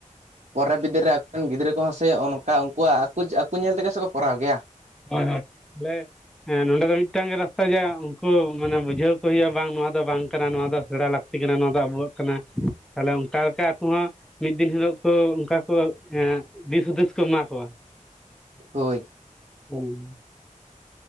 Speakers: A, on the right; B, in the centre.
A: ᱯᱚᱨᱮ ᱵᱤᱫᱟᱹ ᱨᱮ ᱟᱠᱚᱨᱮᱱ ᱜᱤᱫᱽᱨᱟᱹ ᱠᱚᱦᱚᱸ ᱥᱮ ᱚᱱᱠᱟ ᱩᱱᱠᱩᱣᱟᱜ ᱟᱠᱚ ᱟᱠᱚ ᱧᱮᱞ ᱛᱮᱜᱮ ᱥᱮ ᱠᱚᱨᱟᱣ ᱜᱮᱭᱟ᱾
B: ᱦᱳᱭ ᱦᱳᱭ ᱛᱟᱦᱞᱮ᱾ ᱦᱮᱸ ᱱᱚᱰᱮ ᱫᱚ ᱢᱤᱫᱴᱟᱝ ᱜᱮ ᱨᱟᱥᱛᱟ ᱡ ᱩᱱᱠᱩ ᱢᱟᱱᱮ ᱵᱩᱡᱷᱟᱹᱣ ᱠᱚ ᱦᱩᱭᱩᱜᱼᱟ ᱵᱟᱝ ᱱᱚᱣᱟ ᱫᱚ ᱵᱟᱝ ᱠᱟᱱᱟ ᱱᱚᱣᱟ ᱫᱚ ᱥᱮᱬᱟ ᱞᱟᱹᱠ᱾ ᱛᱤ ᱠᱟᱱᱟ ᱱᱚᱣᱟ ᱫᱚ ᱟᱵᱚᱣᱟᱜ ᱠᱟᱱᱟ ᱛᱟᱦᱚᱞᱮ ᱚᱱᱠᱟ ᱞᱮᱠᱟ ᱟᱠᱚ ᱦᱚᱸ᱾ ᱢᱤᱫ ᱫᱤᱱ ᱦᱤᱞᱳᱜ ᱠᱚ ᱚᱱᱠᱟ ᱠᱚ ᱮ ᱫᱤᱥ ᱦᱩᱫᱤᱥ ᱠᱚ ᱮᱢᱟ ᱠᱚᱣᱟ᱾
A: ᱦᱳᱭ᱾
B: ᱦᱩᱸ᱾